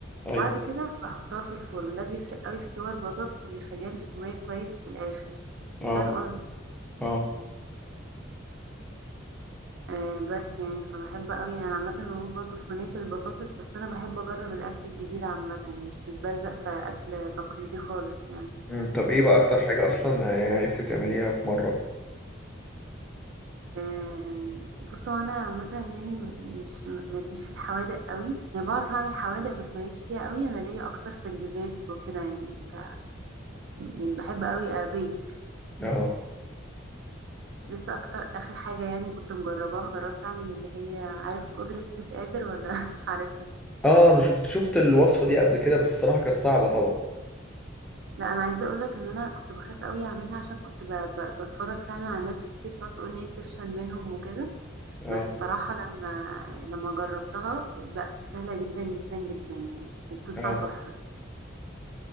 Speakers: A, in the centre; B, on the right (about 65°).
A: ايوه
B: وبعد كده بحطها في الفرن ده بيفرق قوي في سوى البطاطس وبيخليها مستوية كويس في الآخر
A: اه
B: فاهم قصدي
A: اه
B: آه بس يعني فبحب قوي انا عامة بموت برضو في صينية البطاطس بس انا بحب اجرب الاكل الجديد عامة مش مش بلزق في اكل تقليدي خالص يعني
A: مم، طب ايه بقى اكتر حاجة اصلا آه، عرفتي تعمليها في مرة
B: آه بص هو انا عامة يعني مش ماليش في الحوادق قوي يعني بعرف اعمل حوادق بس ماليش فيها قوي انا ليا اكتر في الديزيرتس وكده يعني ك... يعني بحب قوي ابيك
A: اه
B: لسه اكتر اخر حاجه يعني كنت مجرباها جربت اعمل اللي هي عارف قدره قادر ولا <laughs> مش عارفها
A: اه انا شفت شفت الوصفة دي قبل كده بس الصراحة كانت صعبة طبعا
B: لا انا عايزه اقول لك ان انا كنت بخاف قوي اعملها عشان كنت ب... ب... بتفرج فعلا على ناس كتير فتقول ان هي بتفشل منهم وكده
A: اه
B: بس بصراحه لما لما جربتها بقت سهله جدا جدا جدا يعني وبتطلع
A: اه
B: تحفه